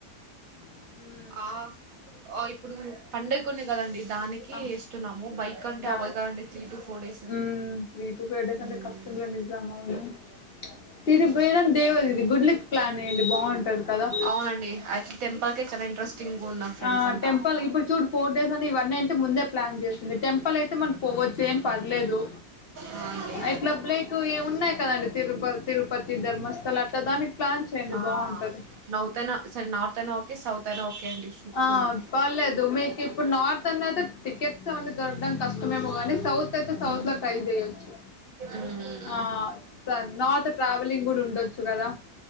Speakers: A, on the left; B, on the right.
A: మ్మ్
B: ఆ ఇప్పుడు పండకునే కదండి దానికి
A: ఆ
B: వేస్తున్నాము బైక్ అంటే
A: దా
B: అవ్వదు కదండి త్రీ టు ఫోర్ డేస్
A: ఉహ్మ్ త్రీ టు ఫైవ్ డేస్ అంటే
B: మ్మ్
A: కష్టం లెండి. నిజాం అవును తిది బేదం దేవది ఇది గుడ్లకి ప్లాన్ ఎయ్యండి బాగుంటది కదా.
B: అవునండి యాక్చువల్ టెంపుల్ కే చాలా ఇంట్రెస్టింగ్ ఉన్నాం ఫ్రెండ్స్
A: ఆ
B: అంతా
A: టెంపల్ ఇప్పుడు చూడు ఫోర్ డేస్ ఇవన్నీ అంటే ముందే ప్లాన్ చేసింది. టెంపుల్ అయితే మనం పోవచ్చు ఏం పర్లేదు.
B: ఆ అండి
A: అట్లా్లక్ ఏం ఉన్నాయి కదండి తిరు తిరుపతి, ధర్మస్థల అట్లా దానికి ప్లాన్ చేయండి
B: ఆ
A: బాగుంటది
B: నౌతన్న సరే నార్త్ అనే ఓకే సౌత్ ఒకే అండి చూస్తున్నాం
A: ఆ పర్లేదు మీకు ఇప్పుడు నార్త్ అన్న అయితే. టికెట్స్ అవన్నీ దొరకడానికి కష్టమేమో కానీ సౌత్ అయితే సౌత్ లో ట్రై చేయొచ్చు.
B: మ్మ్
A: ఆహ్ సా నార్త్ ట్రావెలింగ్ కూడా ఉండొచ్చు. కదా.